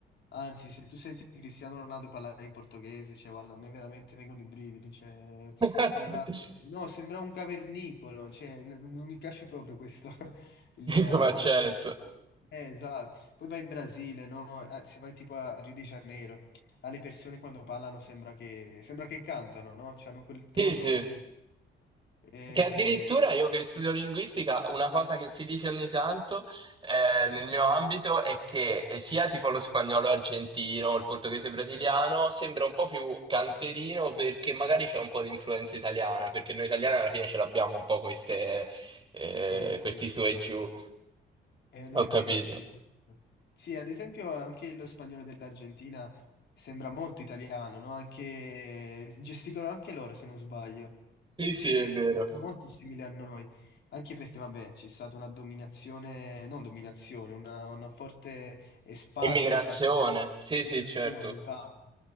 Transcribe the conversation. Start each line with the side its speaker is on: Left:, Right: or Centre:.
Left: Anzi, se tu senti Cristiano Ronaldo parlare in portoghese, cioè, guarda, a me veramente vengono i brividi, cioè,
Right: <laughs>
Left: sembra, no, sembra un cavernicolo, cioè, n- non, mi piace proprio questo. <laughs> il-
Right: Come accento.
Left: eh, esatto. Poi vai in Brasile, no? Eh, Se vai tipo a Rio de Janeiro, alle persone quando parlano sembra che, sembra che cantano, no? C'hanno quel
Right: Sì,
Left: tono
Right: sì.
Left: molto... Eh,
Right: Che addirittura io che studio linguistica, una cosa che si dice ogni tanto eh, nel mio ambito è che eh, sia tipo lo spagnolo argentino, il portoghese brasiliano, sembra un po' più canterino perché magari c'è un po' di influenza italiana, perché noi italiani alla fine ce l'abbiamo un po' queste, eh,
Left: sì, sì,
Right: questi
Left: sì,
Right: su e
Left: sì.
Right: giù.
Left: Eh, no,
Right: Ho
Left: è
Right: capito.
Left: verissimo. è verissimo. Sì, ad esempio anche lo spagnolo dell'Argentina sembra molto italiano, no? Anche... Gesticolano anche loro, se non sbaglio.
Right: Sì,
Left: Quindi
Right: sì,
Left: c'è...
Right: è vero.
Left: sono molto simili a noi. Anche perché, vabbè, c'è stata una dominazione, non dominazione, una, una forte espatrio
Right: Immigrazione.
Left: da parte
Right: Sì,
Left: dell'immigrazione,
Right: sì, certo.
Left: esatto.